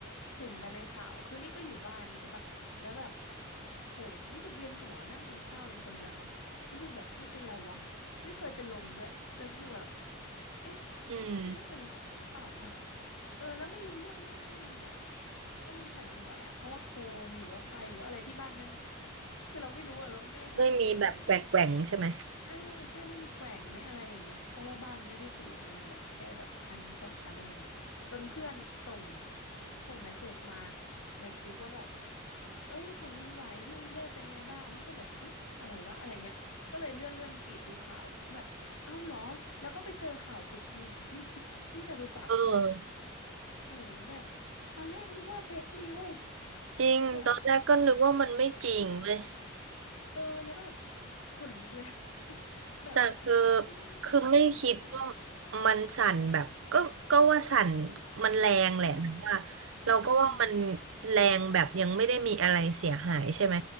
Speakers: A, on the left; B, on the right.
A: เห็นแต่ในข่าวคือนี่ก็อยู่บ้านใช่ปะแล้วแบบโหรู้สึกเวียนหัวนั่งกินข้าวอยู่คนเดียวรู้สึกแบบเอ๊ะเป็นไรวะไม่เคยเป็นลมด้วยเลยรู้สึกแบบเอ๊ะ
B: อืม
A: ฉันจะเป็นลมหรือเปล่าวะเออแล้วไม่รู้เรื่องด้วยว่ามีแบบว่ามีแผ่นดินไหวอ่ะเพราะว่าโคมหรือว่าไฟหรือว่าอะไรที่บ้านมันคือเราไม่รู้อะเราก็ไม่ได้สังเกตอะไรอย่างเงี้ย
B: ไม่มีแบบแกว่งแกว่งใช่ไหม
A: ใช่ใช่ไม่มีแกว่งไม่อะไรอย่างเงี้ยเพราะว่าบ้านไม่ได้สูงไงมันแบบแค่แบบชั้นสองชั้นอะไรเงี้ยจนเพื่อนส่งส่งเมสเซจมาในกลุ่มว่าแบบเอ้ยแผ่นดินไหวที่กรุงเทพเป็นไงบ้างนี่ก็แบบฮะอะไรวะอะไรเงี้ยก็เลยเลื่อนเลื่อนฟีดดูข่าวแบบเอ้าเหรอแล้วก็ไปเจอข่าวตึกถล่มที่ <laughs> ที่จตุจักรเว้ย
B: เออ
A: โอ้โหแบบตอนแรกนึกว่าเฟกนิว
B: จริงตอนแรกก็นึกว่ามันไม่จริงเว้ย
A: แบบโอ้โหเออแล้วแบบขนลุกเลย <laughs> แบบ
B: แต่คือ
A: เชี่ย
B: คือไม่คิดว่า
A: เออ
B: มันสั่นแบบก็ก็ว่าสั่นมันแรงแหละแต่ว่า
A: เอออืมอืม
B: เราก็ว่ามันแรงแบบยังไม่ได้มีอะไรเสียหายใช่ไหม